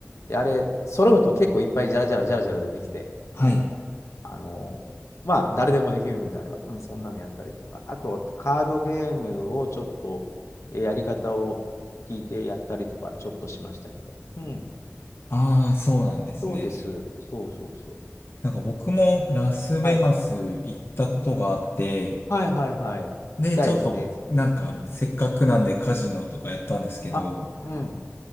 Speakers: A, on the left; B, on the left.
A: で、あれ、揃うと結構いっぱいじゃらじゃらじゃらじゃら出てきて、
B: はい、
A: うん。あのーまあ、誰でもできるのであれば、うん、そんなのやったりとか。あと、カードゲームをちょっと、えーやり方を聞いてやったりとか、ちょっとしましたけど。うん。
B: ああ、そうなんですね。
A: そうです。そうそうそう。
B: なんか僕もラスベガス行ったことがあって、
A: はい。はいはいはい。
B: で、
A: したいですね、
B: ちょっと、
A: ぜひ。
B: なんか、
A: うん。
B: せっかくなんでカジノとかやったんですけど、
A: あ、うん。